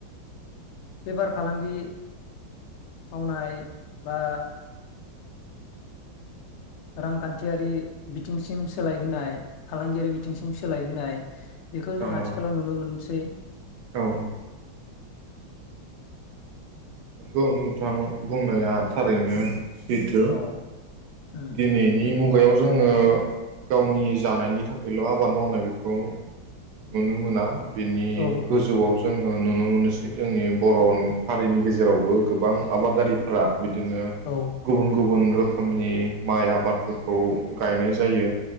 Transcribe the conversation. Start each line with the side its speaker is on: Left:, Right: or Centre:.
Left: बेफार फालांगि मावनाय बा रांखान्थियारि बिथिंसिम सोलायहोनाय फालांगियारि बिथिंसिम सोलायहोनाय बेखौ जों
Right: औ
Left: आथिखालाव नुनो मोनसै
Right: औ नंगौ नोंथां बुं बुंनाया थारैनो सैथ'
Left: ओ औ उम
Right: दिनैनि मुगायाव जोङो गावनि जानायनि थाखायल' आबाद मावनाय बेखौ नुनो मोना बिनि
Left: औ
Right: गोजौआव जों ओ नुनो मोनोसै जोंनि बर' हारिनि गेजेरावबो गोबां आबादारिफ्रा बिदिनो
Left: औ
Right: गुबुन गुबुन रोखोमनि माइ आबादफोरखौ गायनाय जायो